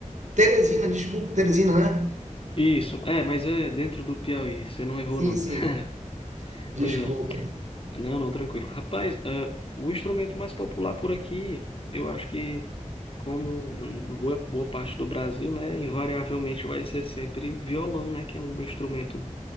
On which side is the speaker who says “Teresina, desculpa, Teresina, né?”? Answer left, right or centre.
Right